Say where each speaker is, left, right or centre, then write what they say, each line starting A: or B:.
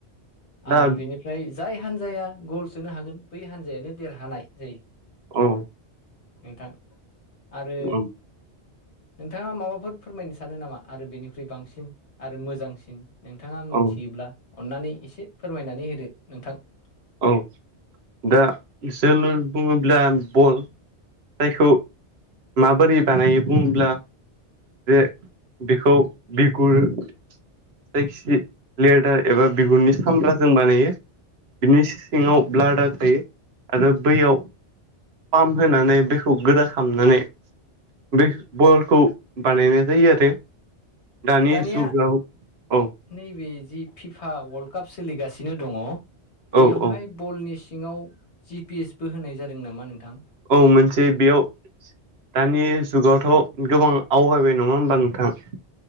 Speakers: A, on the right; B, on the left.
A: दा
B: आरो बेनिफ्राय जाय हान्जाया गल सोनो हागोन बै हान्जायानो देरहानाय जायो
A: औ
B: नोंथां आरो
A: औ
B: नोंथाङा माबाफोर फोरमायनो सानो नामा आरो बेनिख्रुइ बांसिन आरो मोजांसिन नोंथाङा मोनथियोब्ला
A: औ
B: अन्नानै एसे फोरमायनानै होदो नोंथां
A: औ दा जोलुर बुङोब्ला बल जायखौ माबोरै बानायो बुङोब्ला जे बिखौ बि गुर जायखि लेडार एबा बिगुरनि सामब्राजों बानायो बिनि सिङाव ब्लाडार थायो आरो बैयाव पाम्प होनानै बेखौ गोदा खालामनानै बे बलखौ बानायनाय जायो आरो दानि
B: दानिया
A: जुगाव औ
B: नैबे जि फिफा वल्डकाप सोलिगासिनो दङ बैयावहाय
A: औ औ
B: बलनि सिङाव जि पिएस बो होनाय जादों नामा नोंथां
A: औ मोनसे बेयाव दानि जुगावथ' गोबां आवगायबाय नङा होमबा नोंथाङा